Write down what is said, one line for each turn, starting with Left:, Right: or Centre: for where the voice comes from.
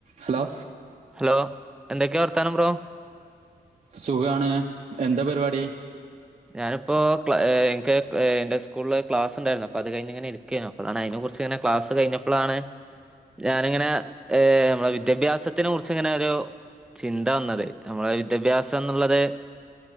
Right: hello
Centre: hello എന്തൊക്കെയാ വർത്താനം bro
Right: സുഖാണ് എന്താ പരിപാടി
Centre: ഞാനിപ്പോ എനിക്ക് എന്റെ സ്കൂളില് ക്ലാസ് ഉണ്ടായിരുന്നു അപ്പൊ അത് കഴിഞ്ഞ ഇങ്ങനെ ഇരിക്കരുന്നു അപ്പോ അതിനെ കുറിച്ച് ഇങ്ങനെ ക്ലാസ് കഴിഞ്ഞപ്പോളാണ് ഞാനിങ്ങനെ നമ്മെ വിദ്യാഭ്യാസത്തിനെ കുറിച്ച ഇങ്ങനെ ഒരു ചിന്ത വന്നത് നമ്മളെ വിദ്യാഭ്യാസം എന്നുള്ളത്